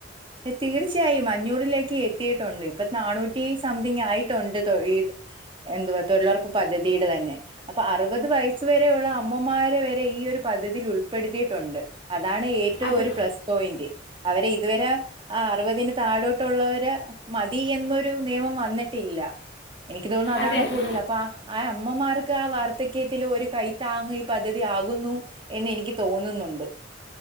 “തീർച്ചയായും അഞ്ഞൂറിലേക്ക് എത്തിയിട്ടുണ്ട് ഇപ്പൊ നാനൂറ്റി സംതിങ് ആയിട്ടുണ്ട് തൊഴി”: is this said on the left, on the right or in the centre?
Right